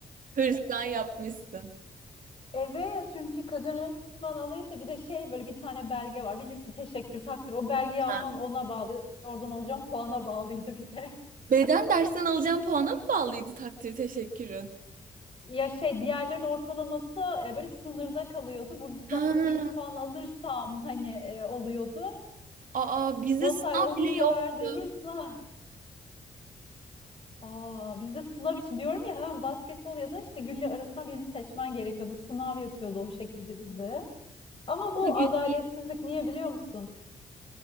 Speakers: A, on the right; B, on the left.
A: hırslan yapmışsın.
B: Evet çünkü kadın resmen alay etti. Bir de şey böyle bir tane belge var. Bilirsin teşekkür takdir. O belgeyi almam
A: Ha.
B: ona bağlı. Oradan alacağım puana bağlıydı bir de.
A: Beden dersten alacağım puana mı bağlıydı takdir teşekkürün?
B: Ya şey diğerlerin ortalaması e, böyle sınırda kalıyordu. Buradan
A: Ha.
B: iyi bir puan alırsam hani e, oluyordu.
A: Aa bizde
B: O
A: sınav
B: sayede onun
A: bile
B: da
A: yoktu.
B: verdiği hırsla. <laughs> Aa, bizde sınav için diyorum ya hem basketbol ya da işte gülle arasından birini seçmen gerekiyordu. Sınav yapıyordu o şekilde bizde. Ama bu
A: Ama gülüyor.
B: adaletsizlik niye biliyor musun?